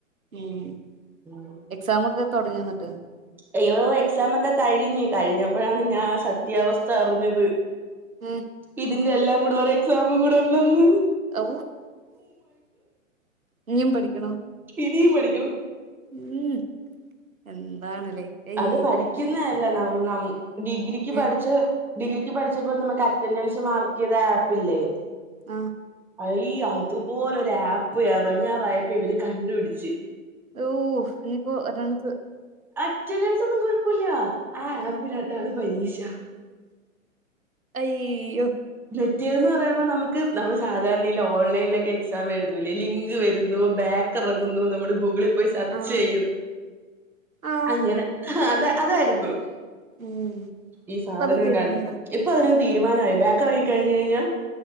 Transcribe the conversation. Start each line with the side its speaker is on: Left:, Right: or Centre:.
Right: ഉം
Centre: ഉം
Right: എക്സമ ഒക്കെ തുടങ്ങിന്നിട്ട്
Centre: അയ്യോ എക്സാം ഒക്കെ കഴിഞ്ഞു കഴിഞ്ഞപ്പോഴാണ് ഞാൻ സത്യാവസ്ഥ അറിഞ്ഞത്
Right: ആഹ്
Centre: ഇതിന്റെ എല്ലാം കൂടെ ഒരെ എക്സാമും കൂടെ ഉണ്ടന്ന്
Right: ഓ ഇഞ്ഞും പഠിക്കണോ
Centre: ഇനിയും പഠിക്കണം
Right: ഉം എന്താണ്ല്ലേ ഏയ്
Centre: അത് പഠിക്കുന്നല്ല ന ന ഡിഗ്രിക്ക്
Right: ഏ
Centre: പഠിച്ച് ഡിഗ്രിക്ക് പഠിച്ചപ്പോ നമുക്ക് അറ്റൻഡൻസ് മാർക്ക് ചെയ്ത ആപ്പ്ല്ലേ
Right: ആഹ്
Centre: അയ് അതുപോലെ ഒരു ആപ്പ് ഇറങ്ങാറായപ്പോ ഇവര് കണ്ടുപിടിച്ച്
Right: ഓ ഇനിയിപ്പോ ഒരാളത്
Centre: അറ്റന്ൻസൊന്നും കുഴപ്പില്ല ആ
Right: ഏ
Centre: ആപ്പിനകത്താണ് പരീശ
Right: അയ്യോ
Centre: നെറ്റ് ഇയർ എന്ന് പറയുമ്പോൾ നമുക്ക് നമ്മൾ സാധാരണയില്ല ഓൺലൈനിലൊക്കെ എക്സാം എഴുതലേ ലിങ്ക് വരുന്നു ബാക്ക് റങ്ങുന്നു നമ്മൾ ഗൂഗിള് പോയി സെർച്ച്
Right: ആ
Centre: ചെയ്യുന്നു
Right: ആ
Centre: അങ്ങനെ അത അതായിരുന്നു
Right: ഉം
Centre: ഈ സാധനം
Right: ഇപ്പ അത് തീരുമാനിച്ചല്ലോ
Centre: ക ഇപ്പൊ അതിനൊരു തീരുമാനമായി ബാക്ക് ഇറങ്ങ കഴിഞ് കഴിഞ്ഞാ